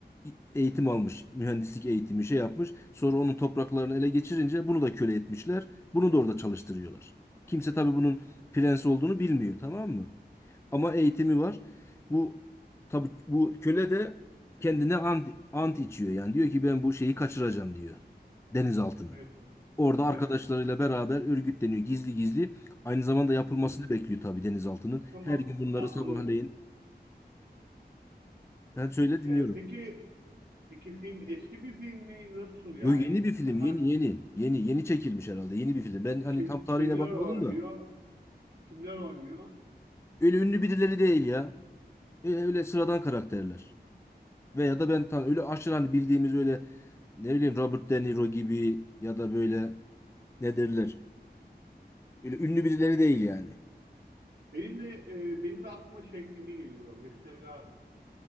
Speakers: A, on the left (about 15°); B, on the right (about 70°).
A: i- eğitim almış, mühendislik eğitimi şey yapmış. Sonra onun topraklarını ele geçirince bunu da köle etmişler. Bunu da orada çalıştırıyorlar. Kimse tabii bunun prens olduğunu bilmiyor, tamam mı? ama eğitimi var. Bu tabi bu köle de kendine ant, ant içiyor yani diyor ki ben bu şeyi kaçıracağım diyor denizaltını.
B: Evet.
A: Orada
B: Evet.
A: arkadaşlarıyla beraber örgütleniyor gizli gizli. Aynı zamanda yapılmasını
B: Bu
A: bekliyor tabii denizaltının.
B: tamam.
A: Her gün bunları
B: A,
A: sabahleyin
B: anlıyorum.
A: ben söyle dinliyorum.
B: Ee, peki peki film eski bir film mi? Nasıl yani?
A: Yo yeni bir film
B: Ha,
A: yeni yeni yeni yeni çekilmiş herhalde yeni bir film. Ben hani
B: kim
A: tam tarihine
B: kimler
A: bakmadım
B: oynuyor?
A: da
B: Kimler oynuyor?
A: öyle ünlü birileri değil ya. E, Öyle sıradan karakterler. Veya da ben tan öyle aşırı hani bildiğimiz öyle ne bileyim Robert De Niro gibi ya da böyle ne derler? Öyle ünlü birileri değil yani.
B: Benim de e, benim de aklıma şey filmi geliyor. Mesela